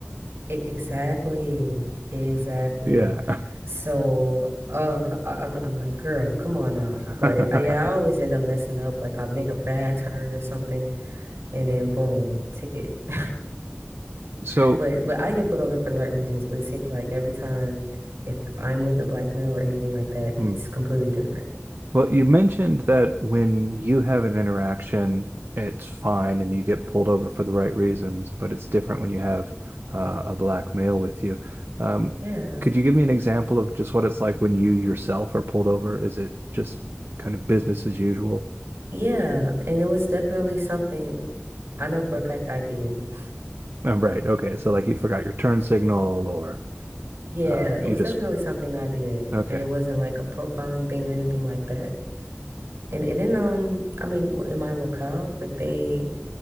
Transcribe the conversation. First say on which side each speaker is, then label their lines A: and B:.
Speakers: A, on the right; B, on the right.
A: E- exactly. Exactly.
B: Yeah.
A: So, uh, I- I'm I'm like, girl, come on now.
B: <laughs>
A: But uh, yeah, I always end up messing up. Like I make a bad turn or something. and then boom, ticket. <laughs>
B: so,
A: But but I get pulled over for the right reasons. But it seems like every time, if if I'm with a black male or anything like that,
B: hmm.
A: it's completely different.
B: well, you mentioned that when you have an interaction, it's fine and you get pulled over for the right reasons, but it's different when you have uh, a black male with you. Um,
A: Yeah,
B: could you give me an example of just what it's like when you yourself are pulled over? Is it just kind of business as usual?
A: yeah, and it was definitely something I know for a fact I did. <laughs>
B: Oh, right. Okay. So, like, you forgot your turn signal, or
A: Yeah,
B: uh, you
A: it was
B: just,
A: definitely something I did,
B: okay.
A: and it wasn't like a profiling thing or anything like that. And and then um, I mean, w- in my locale, like they.